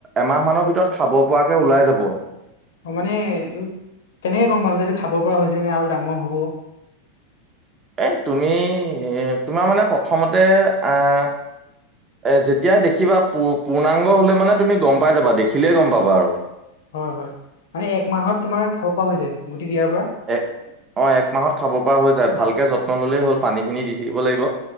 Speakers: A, on the right; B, on the left.
A: এমাহ মানৰ ভিতৰত খাব পৰাকে ওলাই যাব।
B: অ মানে এইটো কেনেকে গম পাম যে এইটো খাব পৰা হৈছে নে আৰু ডাঙৰ হ'ব?
A: এ তুমি তোমাৰ মানে প্ৰথমতে আহ এ যেতিয়াই দেখিবা পূ পূৰ্ণাংগ হলে মানে তুমি গম পাই যাবা দেখিলেই গম পাবা আৰু।
B: হয় হয়। মানে এক মাহত তোমাৰ খাব পৰা হৈ যায় গুটি দিয়াৰ পৰা?
A: এ অ এক মাহত খাব পৰা হৈ যায়। ভালকে যত্ন ল'লেই হ'ল। পানীখিনি দি থাকিব লাগিব।